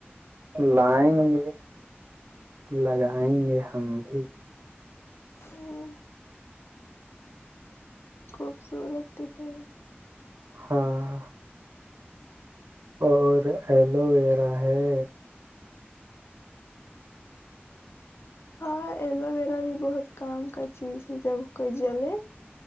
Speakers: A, on the right (about 80°); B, on the left (about 80°).
A: لائیں گے لگائیں گے ہم بھی
B: ہ <unintelligible> خوبصورت ہے
A: ہاں اور ایلو ویرا ہے
B: ہاں ایلو ویرا بھی بہت کام کا چیز ہے جب کوئی جلے